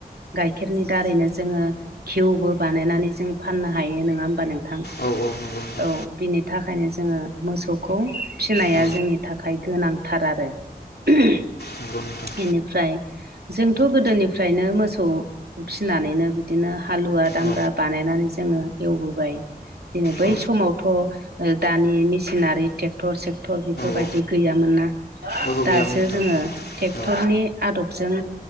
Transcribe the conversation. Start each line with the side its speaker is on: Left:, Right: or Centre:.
Right: गाइखेरनि दारैनो जोङो खिउबो बानायनानै जों फाननो हायो नोङा होमबा नोंथां।
Left: औ औ। नंगौ नोंथां
Right: औ बिनि थाखायनो जोङो मोसौखौ फिनाया
Left: औ
Right: जोंनि थाखाय गोनांथार आरो। ह <unintelligible>
Left: नोंगौ नोंथां।
Right: बेनिफ्राय जोंथ' गोदोनिफ्रायनो मोसौ फिसिनानैनो बिदिनो हालुवा दामब्रा
Left: औ
Right: बानायनानै जोङो एवबोबाय। दिनै बै
Left: औ
Right: समावथ' ओ दानि मेसिनारि टेक। क्टर सेक्टर बेफोरबायदि
Left: औ
Right: गैयामोन ना
Left: ओहो
Right: दासो
Left: गैयामोन नोंथां
Right: जोङो। ट्रेक्टरनि
Left: औ
Right: आदबजों